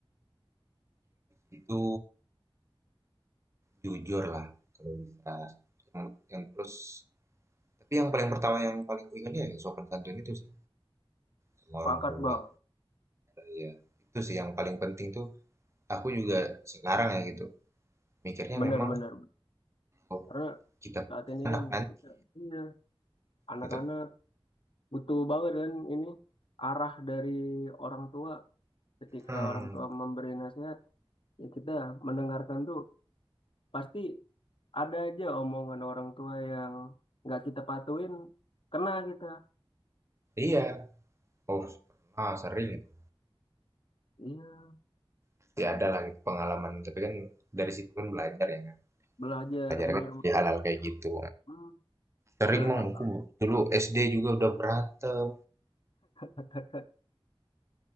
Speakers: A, on the right (about 30°); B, on the left (about 65°).
A: Itu jujur lah kalau bisa. Yang, yang terus tapi yang paling pertama yang paling ku ingat ya sopan santun itu sih sama
B: Pakat
A: orang tua
B: bang,
A: sama saya. Itu sih yang paling penting tuh aku juga sekarang ya gitu. Mikirnya
B: benar-benar.
A: memang oh,
B: Karena
A: kita punya
B: saat ini
A: anak
B: kan
A: nanti
B: kita, iya, anak-anak
A: tetap.
B: butuh banget kan ini arah dari orang tua. Ketika
A: Hmm,
B: orang tua memberi nasihat, ya kita mendengarkan tuh pasti Ada aja omongan orang tua yang nggak kita patuin, kena kita.
A: iya. Oh, pernah, sering. itu.
B: Iya,
A: Pasti ada lah gitu pengalaman. Tapi kan dari situ kan belajar ya. kan.
B: belajar
A: Belajar
B: bener.
A: kan dari hal-hal kayak gitu.
B: Hmm,
A: Sering
B: apalagi
A: mang
B: mas-
A: aku dulu SD juga udah berantem.
B: <laughs>